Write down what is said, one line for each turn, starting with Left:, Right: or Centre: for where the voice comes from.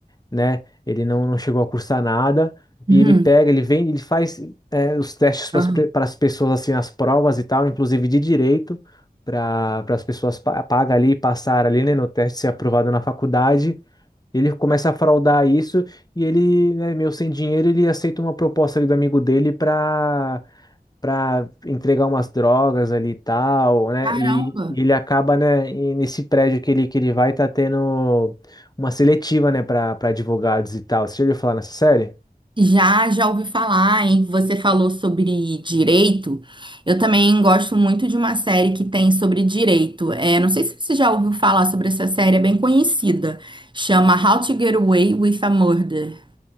Left: né? Ele não, não chegou a cursar nada.
Right: Uhum.
Left: E ele pega, ele vem, ele faz é, os testes
Right: Aham.
Left: para as pessoas, assim, as provas e tal, inclusive de direito, para as pessoas pa- pagar ali, passar ali, né, no teste, ser aprovado na faculdade. Ele começa a fraudar isso e ele, né, meio sem dinheiro, ele aceita uma proposta ali do amigo dele para para entregar umas drogas ali e tal, né?
Right: Caramba,
Left: E, e ele acaba, né, e nesse prédio que ele, que ele vai, tá tendo uma seletiva, né, para para advogados e tal. Você já ouviu falar nessa série?
Right: já já ouvi falar, hein? Você falou sobre direito. Eu também gosto muito de uma série que tem sobre direito. É, não sei se você já ouviu falar sobre essa série, é bem conhecida. Chama How to Get Away with a Murder.